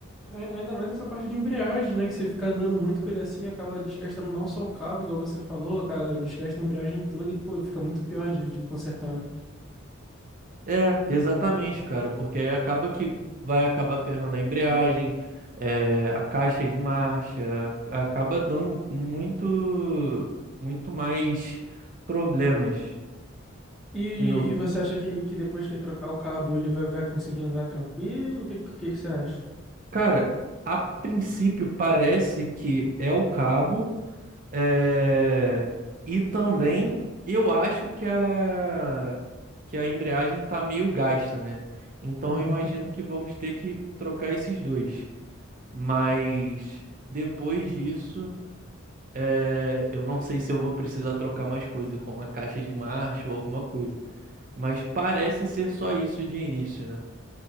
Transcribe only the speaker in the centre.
a- ainda mais essa parte de embreagem, né? Que você ficar andando muito com ele assim, acaba desgastando não só o cabo, igual você falou, cara, desgasta a embreagem toda e, pô, fica muito pior de, de consertar, né?
E,
e você acha que, que depois que trocar o cabo ele vai, vai conseguir andar tranquilo? O que, que, que você acha?
Uhum.